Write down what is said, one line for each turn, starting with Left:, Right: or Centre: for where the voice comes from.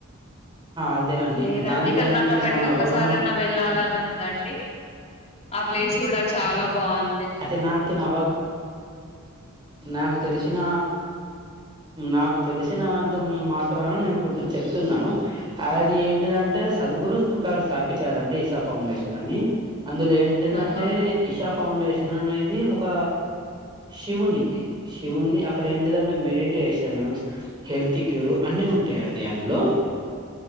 Right: అదే అండి
Left: లేదండి
Right: దానిపైన
Left: కానీ నాకు
Right: మీకు
Left: అక్కడికి
Right: ఏమన్నా
Left: ఒక్కసారన్నా
Right: అవగాహన
Left: వెళ్ళాలని ఉందండి ఆ ప్లేస్ కూడా చాలా బాగుం
Right: అయితే నాకు ఆవగా నాకు తెలిసిన నాకు తెలిసిన అంత మాత్రన నేను కొంచెం చెప్తున్నాను అది ఏంటిదంటే సద్గురు గారు స్థాపించారండి ఈసా ఫౌండేషన్ అని అందులో ఏంటిదంటే
Left: ఆహా
Right: ఇషా ఫౌండేషన్ అనేది ఒక శివునిది శివుది అక్కడ ఏంటిదంటే మెడిటేషన్ హెల్త్ క్యూర్ అన్ని ఉంటాయండి అందులో